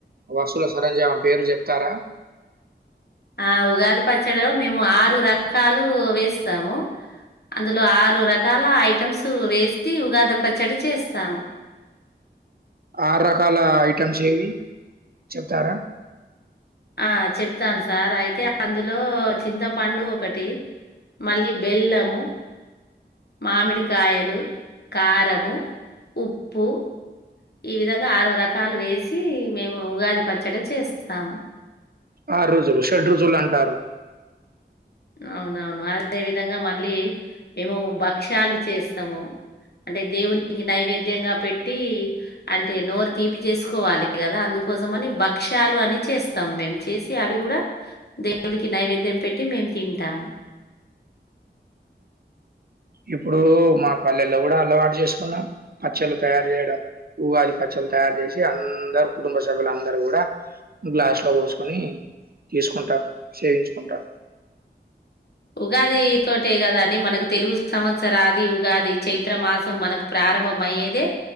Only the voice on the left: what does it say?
ఆ ఉగాది పచ్చడిలో మేము ఆరు రకాలు వేస్తాము అందులో ఆరు రకాల ఐటమ్స్ వేసి ఉగాది పచ్చడి చేస్తాము
ఆ చెప్తాను సార్ అయితే అందులో చింతపండు ఒకటి మళ్ళీ బెల్లము మామిడికాయలు కారము ఉప్పు ఈ విధంగా ఆరు రకాలు వేసి మేము ఉగాది పచ్చడి చేస్తాము
అవునవును, అదే విధంగా మళ్ళీ మేము భక్షలు చేస్తాము, అంటే దేవునికి నైవేద్యంగా పెట్టి, అంటే నోరు తీపి చేసుకోవాలి కదా అందుకోసం అని భక్ష్యాలు అని చేస్తాము మేము చేసి అవి కూడా దేవుడికి నైవేద్యం పెట్టి మేము తింటాము
ఉగాది తోటే కదా అండి. మనకు తెలుగు సంవత్సరాది ఉగాది చైత్ర మాసం మనకు ప్రారంభం అయ్యేదే